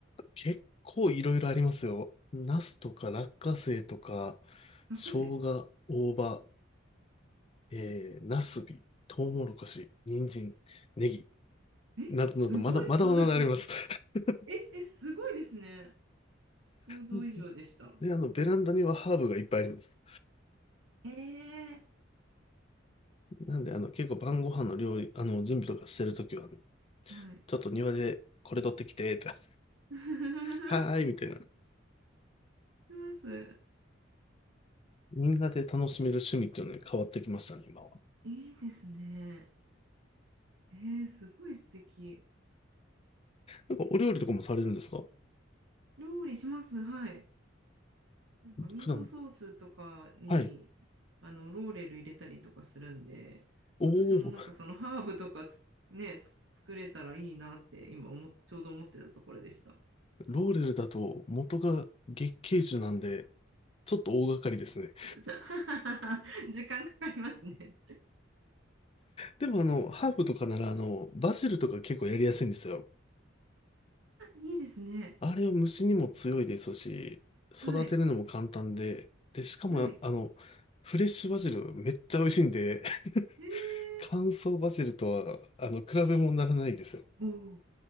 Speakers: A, on the left; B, on the right.
A: 結構いろいろありますよ。ナスとか落花生とか、
B: 落花生
A: 生姜、大葉、えー、ナスビ、トウモロコシ、人参、ネギ、
B: え、
A: などなど、
B: すごい育て、
A: まだ、まだまだあります。<laughs>
B: え、え、すごいですね。想像以上でした。
A: うんで、あの、ベランダにはハーブがいっぱいあります。
B: えー、
A: なんで、あの、結構晩ご飯の料理、あの、準備とかしてるときは、あの
B: はい。
A: ちょっと庭でこれ取ってきて、とか
B: <laughs>
A: はーい、みたいな。
B: します。
A: みんなで楽しめる趣味っていうのに変わってきましたね、今は。
B: いいですね。えー、すごい素敵。
A: なんかお料理とかもされるんですか
B: 料理します。はい。なんかミートソースとかに
A: 普段。はい。
B: あのローレル入れたりとかするんで、
A: おー、
B: 私もなんかそのハーブとかつね、つ作れたらいいなって今思っちょうど思ってたところでした。
A: ローレルだと元が月桂樹なんで、ちょっと大掛かりですね。
B: <laughs> 時間かかりますね。
A: でもあの、ハーブとかならあの、バジルとか結構やりやすいんですよ。
B: いいですね。
A: あれは虫にも強いですし、育てるのも簡単で、
B: はい。
A: で、しかもあの、
B: はい。
A: フレッシュバジルめっちゃ美味しいんで、
B: え
A: <laughs> 乾燥バジルとは、あの、比べ物にならないですよ。
B: おお。